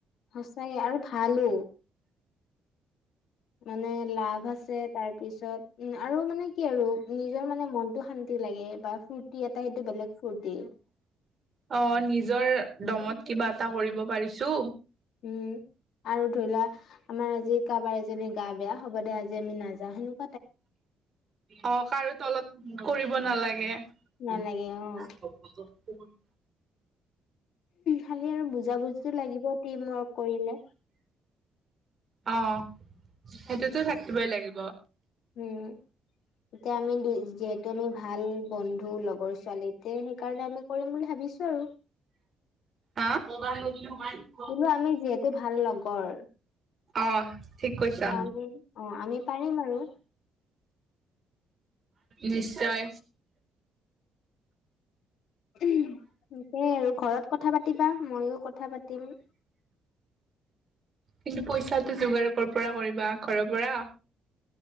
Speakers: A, on the left (about 70°); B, on the right (about 30°).
A: সঁচাইে আৰু ভালো। মানে লাভ আছে। তাৰ পিছত উ আৰু মানে কি? আৰু নিজৰ মানে মনটো শান্তি লাগে বা ফূৰ্তি এটা সেইটো বেলেগ ফূৰ্তি
B: অ নিজৰ দমত কিবা এটা কৰিব পাৰিছো
A: উম আৰু ধৰি লোৱা আমাৰ আজি কাৰোবাৰ এজনী গা বেয়া হ'ব দে আজি আমি নাযাও সেনে
B: অ কাৰো তলত কৰিব নালাগে
A: নালাগে
B: <unintelligible>
A: অ', খালি আৰু বুজা বুজি লাগিব টিম ৱৰ্ক কৰিলে
B: অ সেইটোতো থাকিবই লাগিব
A: উম এতিয়া আমি দুই যিহেতু আমি ভাল বন্ধু লগৰ ছোৱালী তে সেইকাৰণে আমি কৰিম বুলি ভাবিছো আৰু
B: অ
A: বোলো আমি যিহেতু ভাল লগৰ
B: অ ঠিক কৈছা
A: ত আমি অ আমি পাৰিম আৰু
B: নিশ্চয়
A: উমহ সেইটোৱে আৰু ঘৰত কথা পাতিবা ময়ো কথা পাতিম
B: কিন্তু পইচাটো যোগাৰ কৰ পৰা কৰিবা ঘৰৰ পৰা